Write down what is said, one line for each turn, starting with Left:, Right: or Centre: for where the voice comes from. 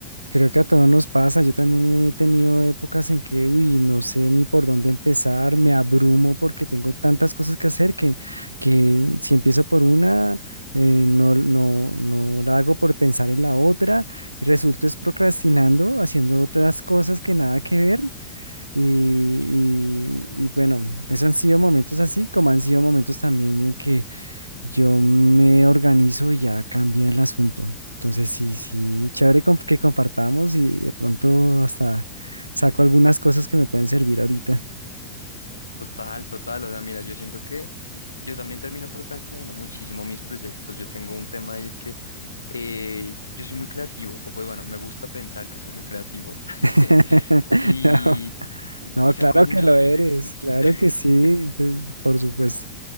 Right: creo que a todos nos pasa, yo también he tenido épocas en que, uy, no sé ni por dónde empezar, me abrumo porque tengo tantas cosas que hacer que, que si empiezo por una, eh, no, no, no la hago por pensar en la otra y resulto es procrastinando, haciendo otras cosas que nada que ver. Y, y, y bueno, esos han sido momentos así, como han sido momentos también en que yo me organizo y ya cambia el asunto. Entonces, sí, sí, chévere com- que compartamos y de pronto hasta saco algunas cosas que me pueden servir ahorita.
Left: Total, total. O sea, mira, yo siento que yo también termino procrastinando muchísimo mis proyectos. Yo tengo un tema y es que eh, yo soy muy creativo, o pues bueno, me gusta pensar que soy muy creativo <laughs>
Right: <laughs>
Left: y,
Right: No,
Left: y
Right: no,
Left: saco
Right: claro
Left: muchos
Right: que lo
Left: proyectos.
Right: eres, claro
Left: <laughs>
Right: que sí, sí, por supuesto.